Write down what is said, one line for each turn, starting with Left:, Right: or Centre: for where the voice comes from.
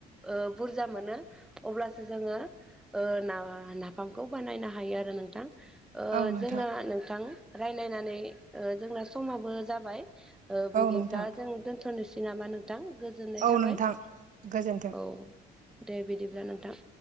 Centre: ओ बुरजा मोनो अब्लासो जोङो ओ नाफामखौ बानायनो हायो आरो नोंथां ओ
Right: औ नोंथां
Centre: जोंना नोंथां रायलायनानै जोंना समाबो जाबाय ओ बिदिब्ला
Right: औ नोंथां
Centre: जों दोनथ'नोसै नामा नोंथां गोजोननाय
Right: औ
Centre: थाबाय
Right: नोंथां गोजोन्थों
Centre: औ दे बिदिब्ला नोंथां